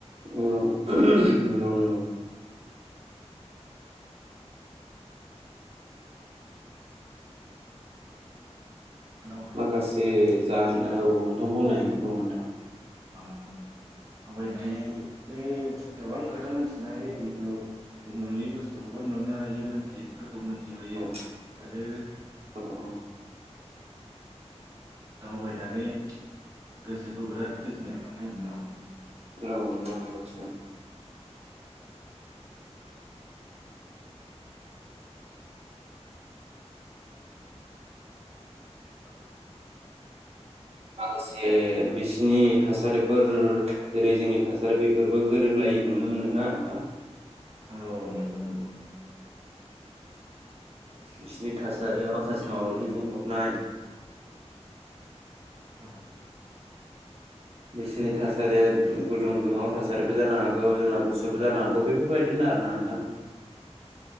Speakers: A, on the right; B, on the right.
A: अ नंगौ नंगौ
B: दावबायनायनि
A: माखासे जान औ नोंथां बुंलाय बुं नोंथां
B: आं थाबाय थायो बे गोबां खोथा मोनथिनो हायो जिथु नुयै बुस्थुखौबो नुनो हायो मिथियैफोरखौ मोनथिनोहायो
A: औ
B: आरो
A: औ
B: दावबायनानै गोसोखौ बिराद गोजोननाय मोनो आरोना
A: औ औ नंगौ नंगौ थिगानो
B: <unintelligible>
A: माखासे बिसिनि थासारिफोर जेरै जोंनि थासारि बेफोरबो गोरोबलायै नुनो मोनोना नोंथां
B: औ ओ नंगौ नंगौ
A: बिसिनि थासारिया माखासे माबाजों बुंफबनाय
B: औ
A: बिसोरनि थासारिया गुदुं दुंङाव थासारिबो जानो हागौ जोंना गुसुबो जानो हागौ बेफोरबायदिनो आरोना नोंथां